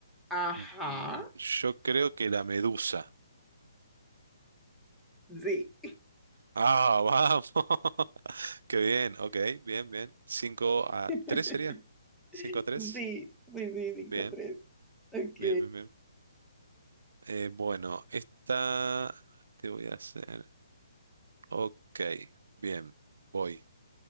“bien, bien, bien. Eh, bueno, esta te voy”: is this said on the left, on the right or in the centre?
Right